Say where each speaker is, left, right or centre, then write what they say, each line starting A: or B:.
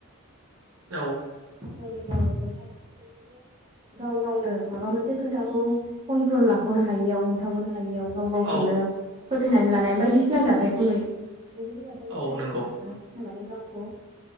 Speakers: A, on the right (about 60°); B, on the right (about 25°).
A: औ
B: जायनि जावनाव <unintelligible> गाव गावनो माबा मोनसे खोथाखौ कन्ट्रल लाख'नो हायियाव हमथाग'नो हायियाव गाव गावखौनो
A: औ
B: फोथथायनानै लानाय बायदिसिना जाथायखौ नुयो बेबायदि जाथायनिफ्राय
A: औ
B: जों
A: नंगौ
B: जा माने गावखौ